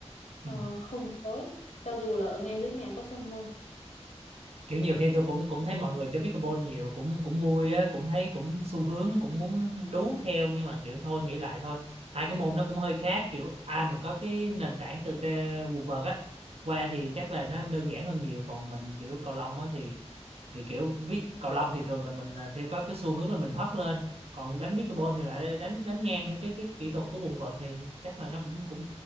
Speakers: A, on the right; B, on the left.
A: ừ.
B: ờ, không tới cho dù là ở ngay dưới nhà có sân luôn
A: kiểu nhiều khi tôi cũng cũng thấy mọi người chơi pickleball nhiều cũng cũng vui á cũng thấy cũng xu hướng cũng muốn đú theo nhưng mà kiểu thôi nghĩ lại thôi hai cái môn nó cũng hơi khác kiểu ai mà có cái nền tảng từ te, quần vợt á qua thì chắc là nó đơn giản hơn nhiều còn mình kiểu cầu lông á thì thì kiểu ví cầu lông thì thường là mình là theo có cái xu hướng là mình hất lên còn đánh pickleball thì lại đánh đánh ngang theo cái cái kỹ thuật của quần vợt thì chắc là nó cũng cũng